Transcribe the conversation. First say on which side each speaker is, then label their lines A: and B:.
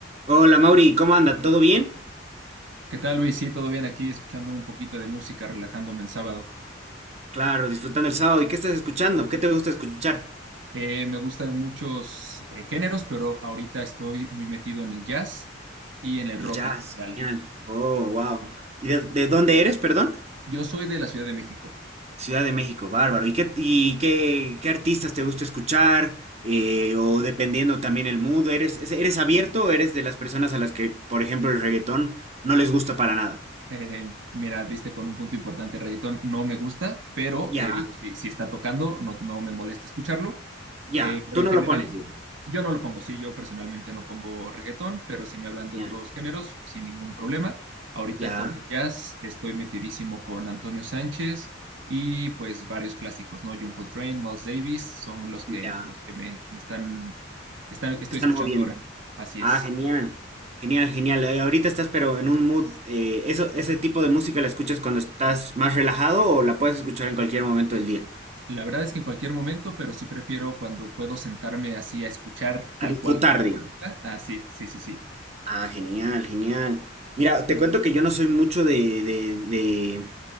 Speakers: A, on the right; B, on the right.
A: Hola Mauri, ¿cómo anda? ¿Todo bien?
B: ¿Qué tal, Luis? Sí, todo bien aquí, escuchando un poquito de música, relajándome en sábado.
A: Claro, disfrutando el sábado. ¿Y qué estás escuchando? ¿Qué te gusta escuchar?
B: Eh, me gustan muchos eh, géneros, pero ahorita estoy muy metido en el jazz y en el
A: El
B: rock
A: jazz,
B: en general.
A: genial. Oh, wow. ¿Y de, de dónde eres, perdón?
B: Yo soy de la Ciudad de México.
A: Ciudad de México, bárbaro. ¿Y qué, y qué, qué artistas te gusta escuchar? Eh, o dependiendo también el mood, ¿eres, es- eres abierto o eres de las personas a las que, por ejemplo, el reggaetón no les gusta para nada?
B: Eh, mira, diste con un punto importante, el reggaetón no me gusta, pero
A: Ya,
B: eh, digo, si, si está tocando, no, no me molesta escucharlo.
A: ya.
B: Eh, pero
A: Tú
B: en
A: no
B: general,
A: lo pones, digo.
B: yo no lo pongo, sí, yo personalmente no pongo reggaetón, pero si me hablan de
A: Ya,
B: otros géneros, sin ningún problema. Ahorita
A: ya,
B: con el jazz estoy metidísimo con Antonio Sánchez y pues varios clásicos, ¿no? John Coltrane, Miles Davis, son los que,
A: ya.
B: los que me, me están, están, estoy
A: Te están
B: escuchando
A: moviendo.
B: ahora. Así
A: Ah,
B: es.
A: genial. Genial, genial. Eh, Ahorita estás pero en un mood. eh, eso, ¿ese tipo de música la escuchas cuando estás más relajado o la puedes escuchar en cualquier momento del día?
B: La verdad es que en cualquier momento, pero sí prefiero cuando puedo sentarme así a escuchar tal
A: A disfrutar,
B: cual la música.
A: digo.
B: Ah, sí, sí, sí, sí.
A: Ah, genial, genial. Mira, te cuento que yo no soy mucho de, de, de,